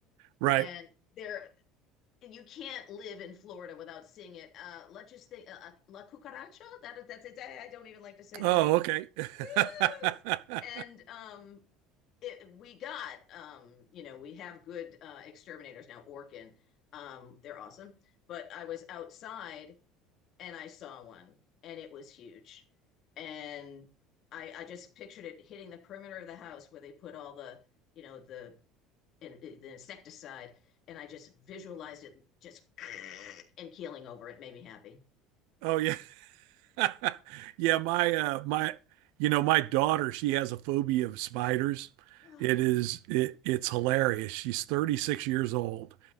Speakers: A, on the right; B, on the left.
A: Right.
B: And they're you can't live in Florida without seeing it. Uh, let's just think, uh, uh, La Cucaracha. That that's it. I I don't even like to say
A: Oh,
B: their names.
A: okay. <laughs>
B: Yeah. And um, it, we got um you know we have good uh exterminators now Orkin um they're awesome but I was outside and I saw one and it was huge and I I just pictured it hitting the perimeter of the house where they put all the you know the in, the insecticide and I just visualized it just <laughs> and keeling over it made me happy
A: Oh yeah. <laughs> Yeah, my uh my you know, my daughter, she has a phobia of spiders.
B: <gasps>
A: It is
B: oh
A: it it's hilarious. She's 36 years old.